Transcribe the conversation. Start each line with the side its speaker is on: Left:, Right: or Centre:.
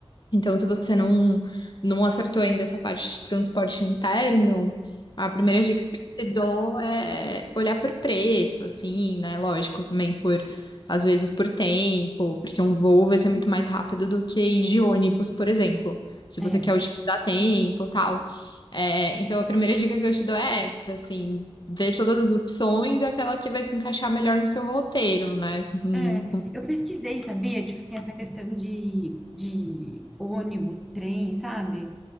Left: então, se você não, não acertou ainda essa parte de transporte interno, a primeira dica que eu te dou é olhar por preço, assim, né? Lógico, também por, às vezes, por tempo, porque um voo vai ser muito mais rápido do que ir de ônibus, por exemplo, se
Centre: É.
Left: você quer utilizar tempo e tal. É, então, a primeira dica que eu te dou é essa, assim, ver todas as opções e aquela que vai se encaixar melhor no seu roteiro, né? Hum,
Centre: É,
Left: com-
Centre: eu pesquisei, sabia? Tipo assim, essa questão de, de ônibus, trem, sabe?